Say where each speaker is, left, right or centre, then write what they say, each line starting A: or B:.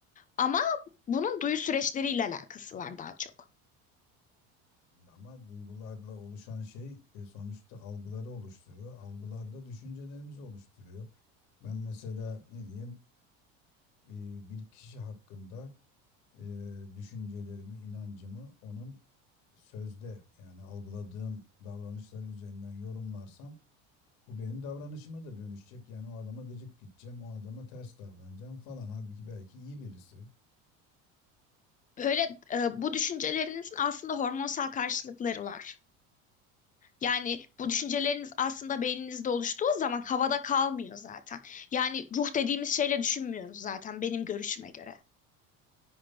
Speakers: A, on the left; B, on the left.
A: Ama bunun duyu süreçleriyle alakası var daha çok.
B: Ama duygularla oluşan şey e, sonuçta algıları oluşturuyor. Algılar da düşüncelerimizi oluşturuyor. Ben mesela ne diyeyim e, bir kişi hakkında e, düşüncelerimi, inancımı onun sözde yani algıladığım davranışları üzerinden yorumlarsam bu benim davranışıma da dönüşecek. Yani o adama gıcık gideceğim, o adama ters davranacağım falan. Halbuki belki iyi birisi.
A: Böyle e, bu düşüncelerinizin aslında hormonsal karşılıkları var. Yani bu düşünceleriniz aslında beyninizde oluştuğu zaman havada kalmıyor zaten. Yani ruh dediğimiz şeyle düşünmüyoruz zaten benim görüşüme göre.